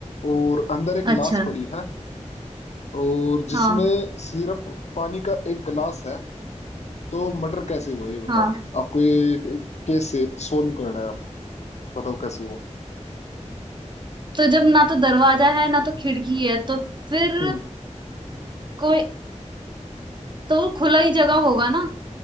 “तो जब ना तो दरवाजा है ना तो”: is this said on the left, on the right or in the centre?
Right